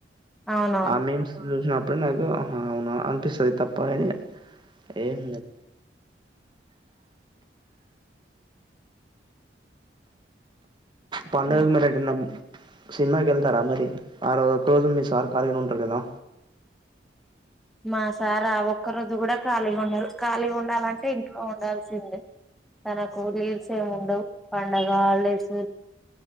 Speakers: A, in the centre; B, on the right.
A: అవునవును
B: ఆ మీమ్స్ చూసిన అప్పుడు నాకు ఆహా అవున అనిపిస్తది తప్పని ఎంలే పండుగకి
A: ఇంకా
B: మరి ఏటన్న సినిమాకెళ్తారా మరి ఆరు ఒక్కరోజు మిస్ సార్ కలినే ఉంటడుకదా
A: మా సార్ ఆ ఒక్క రోజు కూడా ఖాళీగా ఉండరు. ఖాళీగా ఉండాలంటే ఇంట్లో ఉండాల్సిందే. తనకు లీవ్స్ ఏమి ఉండవు. పండగ హాలిడేస్